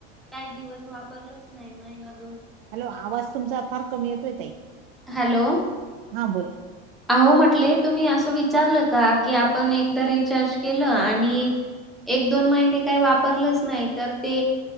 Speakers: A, in the centre; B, on the right (about 60°).
A: काही दिवस वापरलंच नाही महिनत
B: हॅलो आवाज तुमचा फार कमी येतोय तही
A: हॅलो
B: हा बोला
A: अह म्हटले तुम्ही असं विचारलं का की आपण एकदा रिचार्ज केलं आणि एक दोन महिने काही वापरलंच नाही तर ते